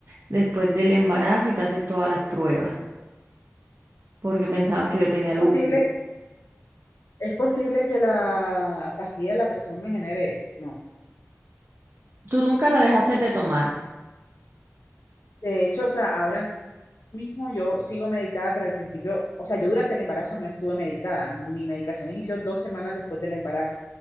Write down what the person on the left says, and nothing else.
Es
posible, es posible que la pastilla de la presión me genere eso, ¿no?
De hecho, o sea, ahora mismo yo sigo medicada, pero al principio, o sea, yo durante el embarazo no estuve medicada. Mi medicación inició dos semanas después del embarazo.